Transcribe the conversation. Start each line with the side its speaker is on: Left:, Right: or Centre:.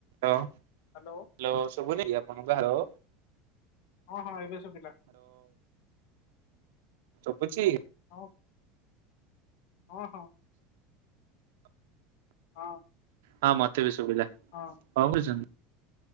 Right: Hello Hello
Left: hello.
Right: ଶୁଭୁନି କି ଆପଣଙ୍କୁ ହାଲୋ।
Left: ହଁ ହଁ ଏବେ ଶୁଭିଲା।
Right: ଚପୁଛି?
Left: ହଁ ହଁ। ହଁ।
Right: ହଁ ମତେ ବି ଶୁଭିଲା, କଣ
Left: ହଁ।
Right: କହୁଚନ୍ତି?